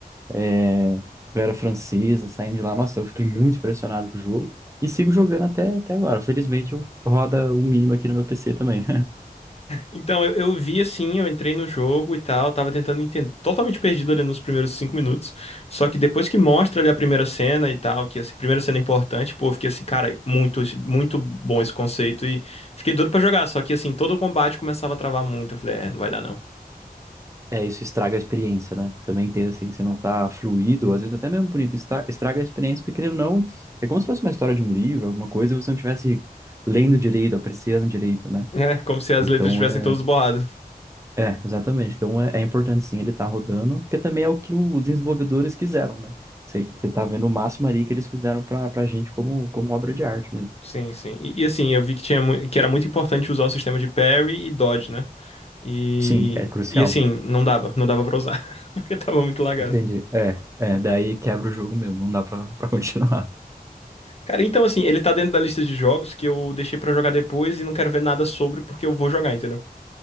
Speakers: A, on the right; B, on the left.
A: é, galera francesa saindo de lá. Nossa, eu fiquei muito impressionado com o jogo. E sigo jogando até, até agora. Felizmente, eu roda o mínimo aqui no meu PC também.
B: Então, eu, eu vi assim, eu entrei no jogo e tal, tava tentando entender, totalmente perdido ali nos primeiros cinco minutos. Só que depois que mostra ali a primeira cena e tal, que essa primeira cena é importante, pô, eu fiquei assim, cara, muito, muito bom esse conceito e fiquei doido pra jogar. Só que assim, todo o combate começava a travar muito. Eu falei, é, não vai dar não. <laughs>
A: É, isso estraga a experiência, né? Também entendo assim, que você não tá fluido, às vezes até mesmo bonito, estra- estraga a experiência, porque querendo ou não, é como se fosse uma história de um livro, alguma coisa, e você não tivesse lendo direito, apreciando direito, né?
B: É, como se as
A: Então
B: letras estivessem
A: é,
B: todas borradas.
A: é, exatamente. Então é, é importante sim ele estar rodando, porque também é o que os desenvolvedores quiseram, né? Você, você tá vendo o máximo ali que eles fizeram pra, pra gente como, como obra de arte mesmo.
B: Sim, sim. E, e, assim, eu vi que tinha mui- que era muito importante usar o sistema de parry e dodge, né? E,
A: Sim, é crucial.
B: e assim, não dava, não dava pra usar, <laughs> porque tava muito lagado.
A: Entendi. É, é, daí quebra o jogo mesmo, não dá pra, pra <laughs> continuar.
B: Cara, então assim, ele tá dentro da lista de jogos que eu deixei pra jogar depois e não quero ver nada sobre porque eu vou jogar, entendeu?